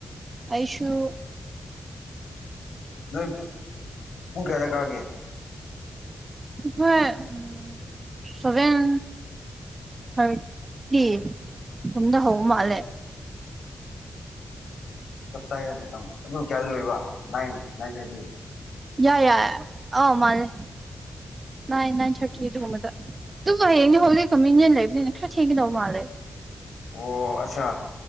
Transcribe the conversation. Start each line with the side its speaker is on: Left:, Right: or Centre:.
Right: ꯑꯩꯁꯨꯁꯨ
Left: ꯅꯣꯏ ꯄꯨꯡ ꯀꯌꯥꯗ ꯀꯥꯑꯒꯦ
Right: ꯍꯣꯏ ꯎꯝ ꯁꯚꯦꯟ ꯊꯥꯔꯇꯤ ꯌꯝꯗ ꯍꯧꯕ ꯃꯥꯜꯂꯦ
Left: ꯑꯣ ꯆꯞ ꯆꯥꯦꯗ ꯃꯇꯝ ꯑꯗꯨ ꯀꯌꯥꯗ ꯂꯣꯏꯕ ꯅꯥꯏꯟ ꯅꯥꯏꯟ ꯊꯥꯔꯇꯤ
Right: ꯌꯥꯏ ꯌꯥꯏ ꯑꯥꯎ ꯃꯥꯅꯦ ꯅꯥꯏꯟ ꯅꯥꯏꯟ ꯊꯥꯔꯇꯤꯗꯨꯒꯨꯝꯕꯗ ꯑꯗꯨꯕꯨ ꯍꯌꯦꯡꯅꯤ ꯍꯧꯛꯀꯣ ꯃꯤꯡꯅꯦꯦꯟ ꯂꯩꯕꯅꯤꯅ ꯈꯔ ꯊꯦꯡꯒꯗꯧ ꯃꯥꯜꯂꯦ
Left: ꯑꯣ ꯑꯠꯆꯥ